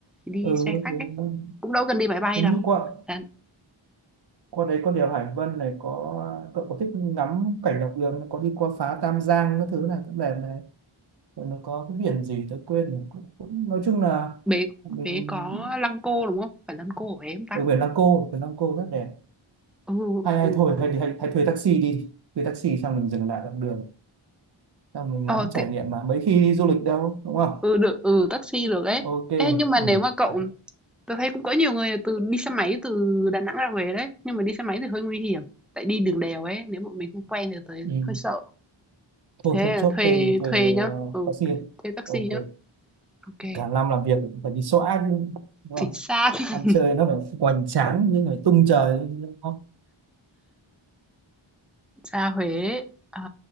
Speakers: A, in the centre; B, on the right.
A: thì đi
B: ừ,
A: xe khách
B: đúng-
A: ấy
B: đúng.
A: cũng đâu cần đi máy bay
B: hình
A: đâu
B: như quận
A: Đà,
B: qua đấy có đèo Hải Vân này có cậu có thích ngắm cảnh dọc đường có đi qua phá Tam Giang các thứ này cũng đẹp này rồi nó có cái biển gì tôi quên rồi cũng, cũng, nói chung là
A: Huế
B: mình
A: Huế có Lăng Cô, đúng không? Phải Lăng Cô ở Huế không ta?
B: ở biển Lăng Cô biển Lăng Cô rất đẹp
A: Ừ,
B: hay hay
A: ừ.
B: thôi hay, hay, hay thuê taxi đi thuê taxi xong mình dừng lại dọc đường xong mình
A: Ờ,
B: ngắm trải
A: thế,
B: nghiệm mà mấy khi đi du lịch đâu đúng không
A: ừ, được, ừ, taxi được ấy.
B: ok
A: Ê, nhưng mà nếu
B: ừ.
A: mà cậu,
B: Đấy.
A: tôi thấy cũng có nhiều người từ đi xe máy từ Đà Nẵng ra Huế đấy. Nhưng mà đi xe máy thì hơi nguy hiểm. Tại đi đường đèo ấy, nếu mà mình không quen thì tới
B: Ừ.
A: hơi sợ.
B: thôi
A: Thế
B: thôi chốt
A: là thuê,
B: thuê thuê
A: thuê
B: ờ,
A: nhá. Ừ,
B: taxi
A: thuê taxi
B: ok
A: nhá. Ok,
B: cả năm làm việc phải đi xóa chứ, đúng
A: chính
B: không
A: xác.
B: ăn
A: <laughs>
B: chơi nó phải hoành tráng nhưng phải tung trời lên, đúng không
A: Ra Huế. À,